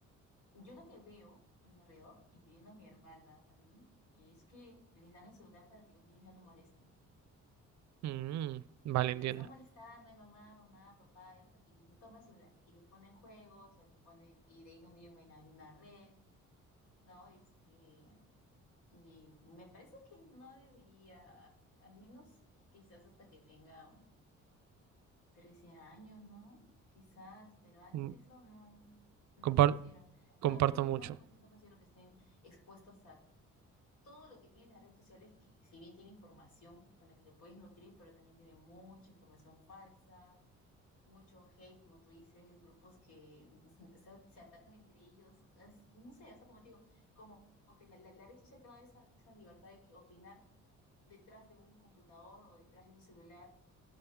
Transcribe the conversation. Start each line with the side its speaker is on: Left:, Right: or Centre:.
Left: Yo lo que veo a mi alrededor, incluyendo a mi hermana también, es que les dan el celular para que los niños ya no molesten.
Right: Mm, vale,
Left: Porque
Right: entiendo.
Left: les están molestando, ay mamá, mamá, papá, eso, y dicen, toma el celular. Y les ponen juegos, o les ponen, y de ahí los niños ven alguna red, ¿no? Este, y me parece que no debería, al menos quizás hasta que tengan 13 años, ¿no? Quizás, pero antes
Right: Mm,
Left: de eso no, no
Right: compar-
Left: lo considero.
Right: comparto
Left: No me parece,
Right: mucho.
Left: no me, cons- no considero que estén expuestos a todo lo que tienen las redes sociales, que si bien tiene información con la que te puedes nutrir, pero también tiene mucha información falsa, mucho hate, como tú dices, grupos que <laughs> o sea, se atacan entre ellos, es- no sé, o sea, como te digo, como, como que la, la- la red social te da esa, esa libertad de que opinar detrás de un computador o detrás de un celular